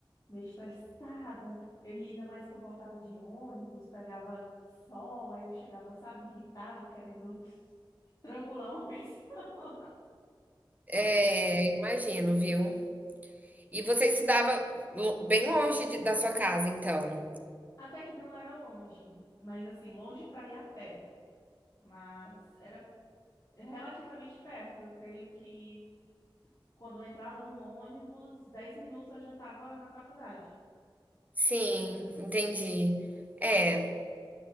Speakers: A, on the left; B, on the right.
A: meio estressada, eu, e ainda mais que eu voltava de ônibus, pegava sol, aí eu chegava, sabe, irritada, querendo estrangular uma <laughs> pessoa. Mas
B: É, imagino, viu? E você estudava lo- bem longe de- da sua casa, então.
A: até que não era longe, mas assim, longe para ir a pé, mas era relativamente perto. Eu creio que quando eu entrava no ônibus, 10 minutos eu já estava na faculdade.
B: Sim, entendi. É,